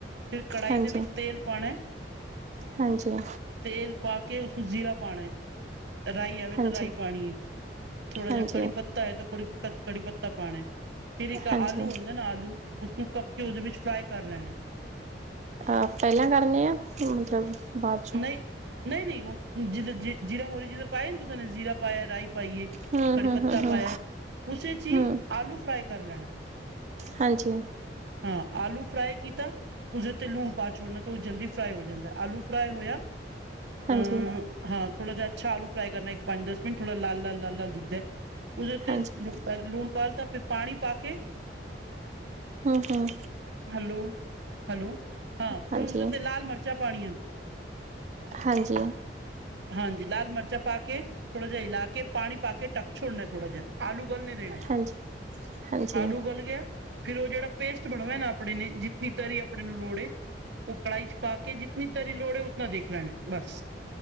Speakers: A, on the right (about 75°); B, on the right (about 40°).
A: ਫਿਰ ਕੜਾਹੀ
B: ਹਾਂਜੀ,
A: ਦੇ ਵਿੱਚ ਤੇਲ ਪਾਉਣਾ ਏ
B: ਹਾਂਜੀ।
A: ਤੇਲ ਪਾ ਕੇ ਉਸਨੂੰ ਜ਼ੀਰਾ ਪਾਣਾ ਏ। ਰਾਈ ਹੈਵੇ
B: ਹਾਂਜੀ,
A: ਤਾਂ ਰਾਈ ਪਾਣੀ ਹੈ, ਥੋੜਾ
B: ਹਾਂਜੀ,
A: ਜਿ ਕੜੀ ਪੱਤਾ ਹੈ ਤਾਂ ਕੜੀ ਕੜੀ ਪੱਤਾ ਪਾਂਣਾ ਏ, ਫਿਰ ਇੱਕ
B: ਹਾਂਜੀ।
A: ਆਲੂ
B: ਅ
A: ਹੁੰਦਾ ਹੈ ਨਾ ਆਲੂ ਉਸਨੂੰ ਕੱਪ ਕੇ ਉਸਦੇ ਵਿੱਚ ਫਰਾਈ ਕਰ ਲੈਣਾ ਏ।
B: ਅਹ ਪਹਿਲਾਂ ਕਰਨੇ ਆ ਮਤਲਬ ਬਾਅਦ ਚੋਂ
A: ਨਹੀਂ-ਨਹੀਂ-ਨਹੀਂ ਉਹ ਜੀਂਦੇ ਜੀ ਜੀਰਾ ਮੋਰੀ ਜਿਧਰ ਪਾਇਆ ਨੀ ਤੁਸੀਂ ਨੇ ਜ਼ੀਰਾ ਪਾਇਆ, ਰਾਈ ਪਾਈਏ
B: ਹੂੰ,
A: ਕੜੀ
B: ਹੂੰ,
A: ਪੱਤਾ
B: ਹੂੰ, ਹੂੰ,
A: ਪਾਇਆ ਏ, ਉਸੇ ਚ ਹੀ
B: ਹੂੰ।
A: ਆਲੂ ਫਰਾਈ ਕਰ ਲੈਣਾ ਏ।
B: ਹਾਂਜੀ।
A: ਹਾਂ ਆਲੂ ਫਰਾਈ ਕੀਤਾ, ਉਸਦੇ ਤੇ ਲੂਣ ਪਾ ਛੋੜਨਾ, ਤਾਂ ਉਹ ਜਲਦੀ ਫਰਾਈ ਹੋ ਜਾਂਦਾ ਏ। ਆਲੂ ਫਰਾਏ ਹੋਇਆ।
B: ਹਾਂਜੀ।
A: ਅ ਹਾਂ ਥੋੜਾ ਜਿਹਾ ਅੱਛਾ ਆਲੂ ਫਰਾਈ ਕਰਨਾ, ਇੱਕ ਪੰਜ-ਦਸ ਮਿੰਟ ਥੋੜਾ ਲਾਲ-ਲਾਲ-ਲਾਲ-ਲਾਲ ਦਿਖਦਾ ਹੈ। ਉਸਦੇ ਤੇ
B: ਹਾਂਜੀ,
A: ਲੂਣ ਪਾਲਿਤਾ, ਫਿਰ ਪਾਣੀ ਪਾ ਕੇ
B: ਹਮ-ਹਮ।
A: ਹੈਲੋ-ਹੈਲੋ, ਹਾਂ
B: ਹਾਂਜੀ,
A: ਫਿਰ ਉਸਦੇ ਉਤੇ ਲਾਲ ਮਿਰਚਾਂ ਪਾਉਣੀਆਂ ਹਨ।
B: ਹਾਂਜੀ।
A: ਹਾਂਜੀ ਲਾਲ ਮਿਰਚਾਂ ਪਾ ਕੇ, ਥੋੜਾ ਜਿਹਾ ਹਿਲਾ ਕੇ, ਪਾਣੀ ਪਾ ਕੇ, ਟਕ ਛੋੜਨਾ ਥੋੜਾ ਜਿਹਾ। ਆਲੂ ਗਲ ਨੇ ਦੇਣਾ,
B: ਹਾਂਜੀ। ਹਾਂਜੀ, ਹਾਂਜੀ,
A: ਆਲੂ ਗਲ ਗਿਆ। ਫਿਰ ਉਹ ਜਿਹੜਾ ਪੇਸਟ ਬਣਦਾ ਹੇਨਾ ਆਪਣੇ ਨੇ ਜਿਨੀ ਤਰੀ ਆਪਣੇ ਨੂੰ ਲੋੜ ਏ, ਉਹ ਕੜਾਹੀ ਚ ਪਾ ਕੇ ਜ ਤਰੀ ਲੋੜ ਹੈ ਉਤਨਾ ਦੇਖ ਲੈਣਾ ਬਸ,